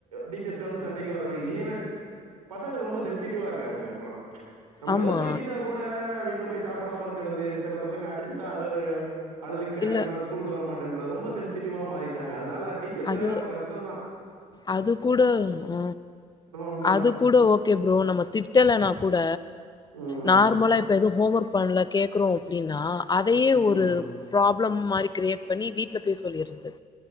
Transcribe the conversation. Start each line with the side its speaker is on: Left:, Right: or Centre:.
Right: டீச்சர்ஸ் வந்து சண்டைக்கு வராது இல்லைன்னா பசங்க ரொம்ப சென்சிட்டிவா இருக்காங்க இப்பலாம் நம்ம
Left: ஆமா.
Right: எதோ திட்டிட்டா கூட வீட் இல போய் சாப்பிடாம இருக்கிறது சில பசங்க அடிச்சுட்டா அது அழுதுகிட்டே
Left: இல்ல
Right: அடுத்த நாள் ஸ்கூல்க்கு வர மாட்டேன் ரொம்ப சென்சிட்டிவா மாறிட்டாங்க அதனால டீச்சர்ஸ்
Left: அது
Right: வேலனா அப்ப கஷ்டம் தான்
Left: அது கூட ஹ
Right: உண்மதா
Left: அது கூட ஓகே ப்ரோ நம்ம திட்டலனா கூட
Right: ம்
Left: நார்மலா இப்ப எதுவும் ஹோம் ஒரு பண்ணல கேக்குறோம் அப்படின்னா அதையே ஒரு
Right: ம்
Left: ப்ராப் ப்ளம் மாறி கிரியேட் பண்ணி வீட்ல போய் சொல்லிருது